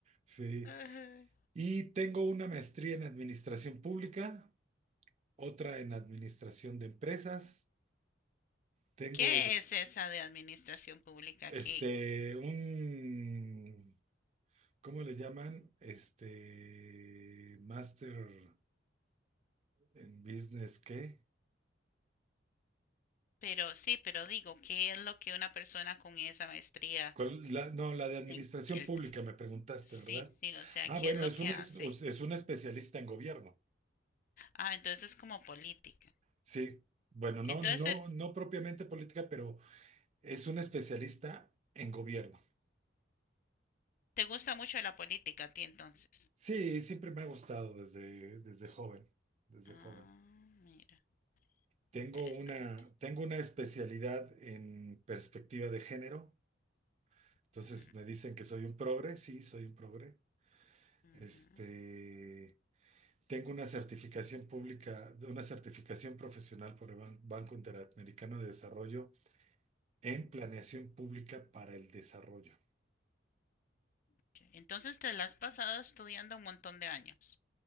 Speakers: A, on the right (about 35°); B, on the left (about 45°).
A: Sí.
B: Ajá.
A: Y tengo una maestría en administración pública, otra en administración de empresas Tengo
B: ¿Qué es esa de administración pública?
A: este
B: ¿Qué?
A: un, ¿cómo le llaman? Este Master en Business, ¿qué?
B: Pero sí, pero digo, ¿qué es lo que una persona con esa maestría
A: ¿Cuál? La- no, la de administración
B: en el
A: pública
B: tri-
A: me preguntaste,
B: Sí,
A: ¿verdad?
B: sí, o sea,
A: Ah,
B: ¿qué
A: bueno,
B: es lo
A: es
B: que
A: un,
B: hace?
A: es, es un especialista en gobierno.
B: Ah, entonces es como política.
A: Sí. Bueno, no,
B: Entonces,
A: no, no propiamente política, pero es un especialista en gobierno.
B: ¿te gusta mucho la política a ti entonces?
A: Sí, siempre me ha gustado desde, desde joven, desde
B: Ah,
A: joven.
B: mira,
A: Tengo
B: interesante.
A: una, tengo una especialidad en perspectiva de género. Entonces
B: Ujú,
A: me dicen que soy un progre, sí, soy un progre.
B: ujú.
A: Este, tengo una certificación pública, de una certificación profesional por el Ban- Banco Interamericano de Desarrollo en planeación pública para el desarrollo.
B: Ok. Entonces te la has pasado estudiando un montón de años.